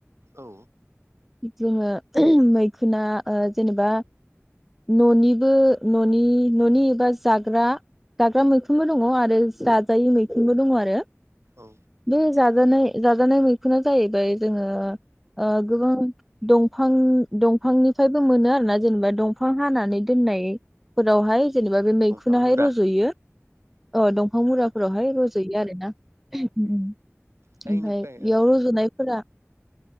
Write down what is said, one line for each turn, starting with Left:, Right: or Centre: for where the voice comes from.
Right: औ
Centre: जोङो मैखुना ओ- जेनेबा न'निबो न'नि न'नि एबा जाग्रा जाग्रा मैखुनबो दङ आरो जा जायै मैखंबो दङ आरो‌।
Right: औ
Centre: <unintelligible> जाजानाय जाजानाय मैखुना जाहैबाय जोङो ओ- गोबां दफां दंफांनिफ्रायबो मोनो आरोना जेनेबा दंफां हानानै दोननायफोरावहाय। जेनेबा बे मैखुनहाय
Right: दंफां मुरा
Centre: रज'यो औ दंफां मुरा। बेहाय रजयो आरो ना ओमफ्राय
Right: दा इनिफ्राय
Centre: बेयाव रजनायफोरा।